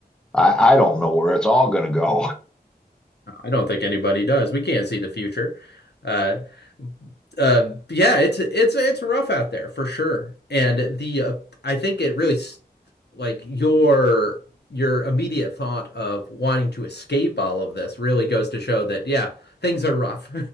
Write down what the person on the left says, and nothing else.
I don't think anybody does. We can't see the future. Uh, uh, yeah, it's it's it's rough out there for sure. And the uh, I think it really s- like your your immediate thought of wanting to escape all of this really goes to show that yeah, things are rough.